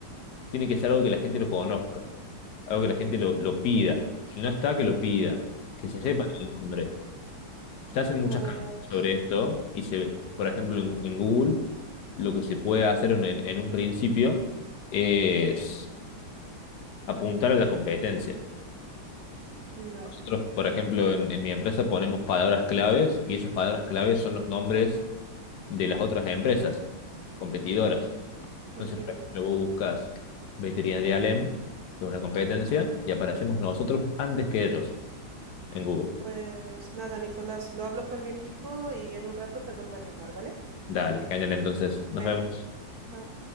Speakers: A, on the left (about 65°); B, on the right (about 65°).
A: tiene que ser algo que la gente lo conozca, algo que la gente lo, lo pida. Si no está, que lo pida, que se
B: entiendo.
A: sepa el nombre. Se hacen muchas
B: Pues,
A: campañas sobre esto y se, por ejemplo, en, en Google, lo que se puede hacer en, en un principio es apuntar a la competencia.
B: mm, vale,
A: Nosotros, por ejemplo, en, en mi empresa ponemos palabras claves y esas palabras claves son los nombres de las otras empresas competidoras. Entonces,
B: entiendo.
A: por ejemplo, vos buscas Veterinaria Alem, que es una competencia, y aparecemos nosotros antes que ellos. en Google.
B: Pues nada, Nicolás, lo hablo con mi equipo y en un rato te vuelvo a llamar, ¿vale?
A: Dale, genial, entonces nos
B: Venga,
A: vemos.
B: chao.